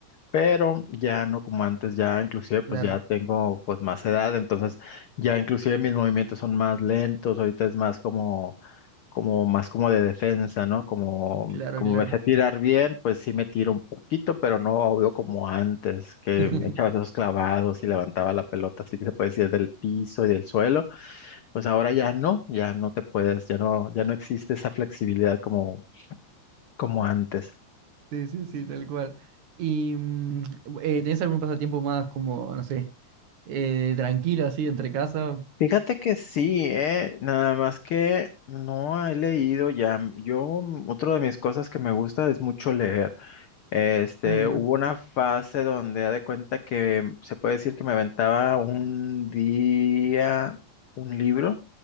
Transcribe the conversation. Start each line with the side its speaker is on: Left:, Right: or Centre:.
Left: pero ya no como antes, ya inclusive pues
Right: Claro,
Left: ya tengo pues más edad, entonces ya inclusive mis movimientos son más lentos, ahorita es más como, como más como de defensa, ¿no? Como,
Right: claro,
Left: como
Right: claro.
Left: me sé tirar bien, pues sí me tiro un poquito, pero no obvio como antes, que
Right: <laughs>
Left: me echaba esos clavados y levantaba la pelota, así que se puede decir del piso y del suelo, pues ahora ya no, ya no te puedes, ya no, ya no existe esa flexibilidad como, como antes.
Right: Sí, sí, sí, tal cual. ¿Y mm, eh, tenés algún pasatiempo más como, no sé, eh, tranquilo así entre casa?
Left: Fíjate que sí, eh, nada más que no he leído ya. Yo, mm, otra de mis cosas que me gusta es mucho leer. Este,
Right: Ah, mira.
Left: hubo una fase donde, haz de cuenta que mm, se puede decir que me aventaba un día un libro,